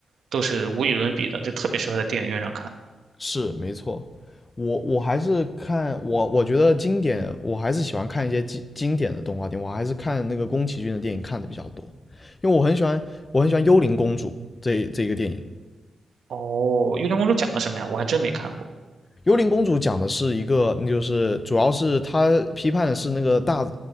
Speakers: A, on the right; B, on the left.
A: 都是无与伦比的，就特别适合在电影院上看。
B: 是没错，我我还是看我我觉得经典，我还是喜欢看一些经经典的动画电影，我还是看那个宫崎骏的电影看的比较多，因为我很喜欢我很喜欢《幽灵公主》这这一个电影，
A: 哦，《幽灵公主》讲的什么呀？我还真没看过。
B: 幽灵公主讲的是一个，那就是主要是她批判的是那个大